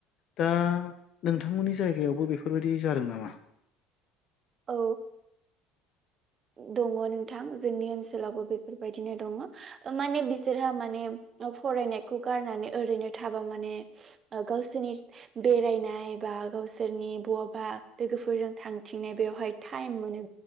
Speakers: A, on the left; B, on the right.
A: दा नोंथांमोननि जायगायावबो बेफोरबायदि जादों नामा?
B: औ दङ नोंथां जोंनि ओनसो लावबो बेफोरबायदिनो दङ । ओ माने बिसोरहा माने फरायनायखौ गारनानै ओरैनो थाबा माने गावसोरनि बेरायनाय बा गावसोरनि बहाबा लोगोफोरजों थांथिनाय बेवहाय टाइम मोनो